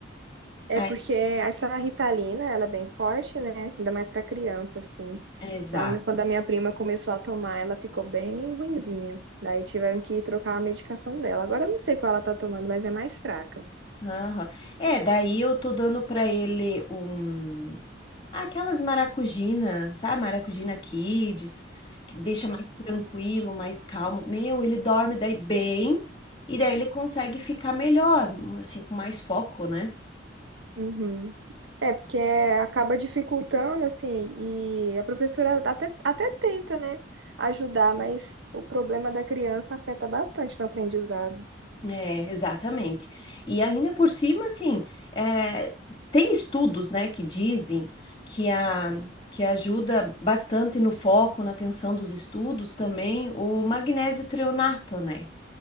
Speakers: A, on the right; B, on the left.
A: É
B: Aí-
A: porque essa Ritalina, ela é bem forte, né? Ainda mais pra criança, assim.
B: exato.
A: A minha- Quando a minha prima começou a tomar, ela ficou bem ruinzinha. Daí tiveram que trocar a medicação dela. Agora eu não sei qual ela tá tomando, mas é mais fraca.
B: Aham. É, daí eu tô dando pra ele um ah, aquelas maracujina, sabe? Maracujina Kids, que deixa mais tranquilo, mais calmo. Meu, ele dorme daí bem e daí ele consegue ficar melhor, assim, com mais foco, né?
A: Uhum. É, porque acaba dificultando, assim, e a professora até, até tenta, né, ajudar, mas o problema da criança afeta bastante no aprendizado.
B: É, exatamente. E ainda por cima, assim, é, tem estudos, né, que dizem que, a, que ajuda bastante no foco, na atenção dos estudos, também o magnésio treonato, né?